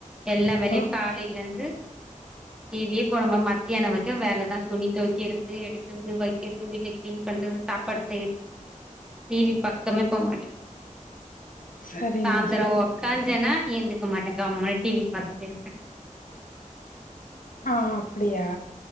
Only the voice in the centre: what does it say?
எல்லா வேலையு
காலையில இருந்து டிவியே போடாம மத்தியானம் வரைக்கு வேலை தா துணி தோவக்கறது எடுக்கறது வக்கிறது வீட்ட கிளீன் பண்றது சாப்பாடு செய் டி வி பக்கமே போ மாட்ட
சாயந்திர
உக்காஞ்சன்னா எந்திரிக்க மாட்ட கம்முனு டி வி பாத்துட்டே இருப்ப